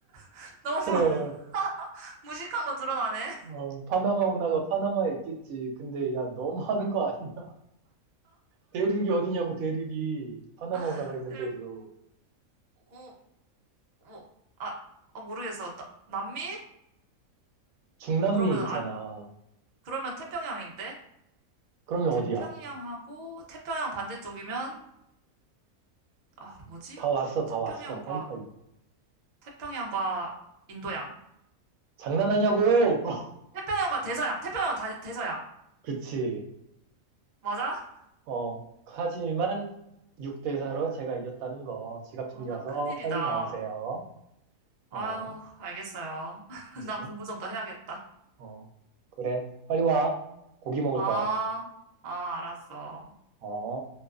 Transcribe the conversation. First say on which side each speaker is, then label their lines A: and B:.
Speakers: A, on the right; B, on the right.
A: <laughs> 너무 <laughs>
B: 그래.
A: 무식한 거 드러나네.
B: 어, 파나마 운하가 파나마에 있겠지. 근데 야, 너무 하는 거 아니야? <laughs> 대륙이 어디냐고, 대륙이. 파나마 운하가
A: <laughs>
B: 있는
A: 그리고,
B: 대륙.
A: 어, 어, 아, 아, 모르겠어. 나, 남미?
B: 중남미에
A: 그러면
B: 있잖아.
A: 아, 그러면 태평양인데?
B: 그러면
A: 태평양하고
B: 어디야?
A: 태평양 반대쪽이면 아, 뭐지?
B: 다 왔어, 다
A: 태평양과
B: 왔어. 빨리빨리.
A: 태평양과 인도양.
B: 장난하냐고! <laughs>
A: 태평양과 대서양. 태평양과 다- 대서양.
B: 그치.
A: 맞아?
B: 어, 하지만 6대4로
A: 아,
B: 제가 이겼다는 거. 지갑 챙겨와서
A: 어, 나 큰일이다.
B: 빨리 나오세요.
A: 아유,
B: 어,
A: 알겠어요. <laughs>
B: 응,
A: 나 공부 좀 더 해야겠다.
B: 어. 그래. 빨리 와. 고기 먹을
A: 아,
B: 거야.
A: 아, 알았어.
B: 어.